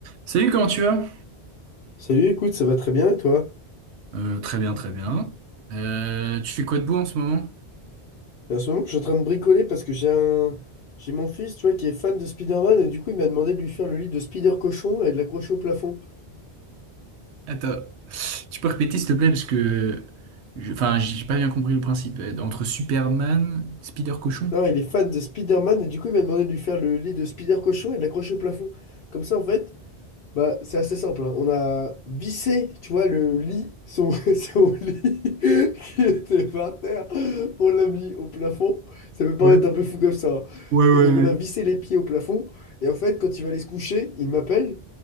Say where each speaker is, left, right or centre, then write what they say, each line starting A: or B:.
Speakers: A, on the right; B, on the left.
A: Salut, comment tu vas?
B: Salut, écoute, ça va très bien et toi?
A: Euh, très bien, très bien. Euh, tu fais quoi de beau en ce moment?
B: En ce moment, je suis en train de bricoler parce que j'ai un... j'ai mon fils, tu vois, qui est fan de Spider-Man et du coup, il m'a demandé de lui faire le lit de Spider-Cochon et de l'accrocher au plafond.
A: Attends, tu peux répéter s'il te plaît parce que, je- enfin, j'ai pas bien compris le principe. Euh, Entre Superman, Spider-Cochon?
B: Non, il est fan de Spider-Man et du coup, il m'a demandé de lui faire le lit de Spider-Cochon et de l'accrocher au plafond. Comme ça, en fait, Bah, c'est assez simple. hein. On a vissé, tu vois, le lit, son, <laughs> son lit <laughs> qui était par terre. On l'a mis au plafond. Ça peut paraître
A: Ouais,
B: un peu fou comme ça. hein.
A: ouais, ouais,
B: Et donc,
A: ouais.
B: on a vissé les pieds au plafond. Et en fait, quand il va aller se coucher, il m'appelle.